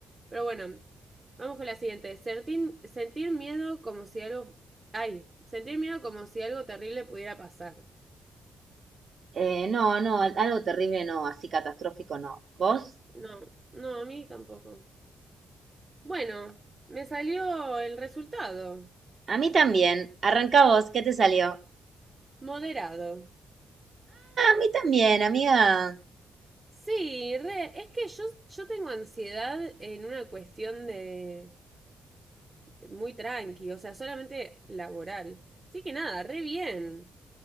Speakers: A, on the right; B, on the right.
A: Pero bueno, vamos con la siguiente. Sentir, sentir miedo como si algo... Ay, sentir miedo como si algo terrible pudiera pasar.
B: Eh, no, no, algo terrible no, así catastrófico no. ¿Vos?
A: No, no, a mí tampoco. Bueno, me salió el resultado.
B: A mí también. Arranca vos, ¿qué te salió? A
A: Moderado.
B: mí también, amiga.
A: Sí, re, es que yo, yo tengo ansiedad en una cuestión de de muy tranqui, o sea, solamente laboral. Así que nada, re bien.